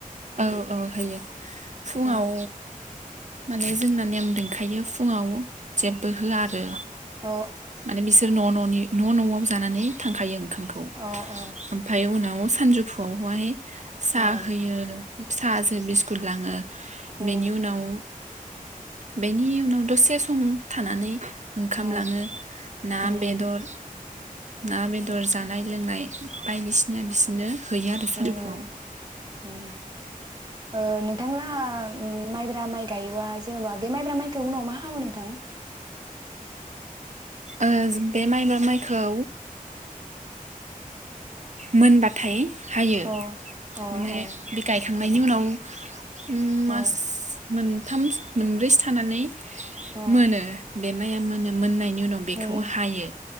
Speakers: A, on the right (about 55°); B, on the right (about 25°).
A: औ औ होयो फुङाव
B: अ
A: माने जोंना नेम दोंखायो फुङाव जेबो होआ आरो
B: अ
A: माने बिसोर न' न' नि न' न'आव जानानै थांखायो ओंखामखौ
B: अ अ
A: ओमफाय उनाव सानजौफुआवहाय सा
B: अ
A: होयो। साजो बिस्कुट लाङो।
B: उम
A: बेनिउनाव बेनि उनाव दसे सम थानानै ओंखाम
B: अ
A: लाङो ना,
B: उम
A: बेदर ना बेदर जानाय लोंनाय बायदिसिना बिसोनो हैयो आरो
B: उम
A: सानदौफुआव।
B: उम ओ नोंथां लाहा उम माइब्रा माइ गायो? बा जेनेबा बे माइब्रा माइखौ उनाव मा हामो नोंथां
A: ओज बे माइ माइखौ मोनबाथाय हायो
B: अ अ
A: माने
B: अ
A: बि गाय थांनायनि उनाव उम मास
B: अ
A: मोनथाम मोनब्रैसो थानानै
B: अ
A: मोनो बे माया मोनो मोननायनि उनाव बेखौ
B: उम
A: हायो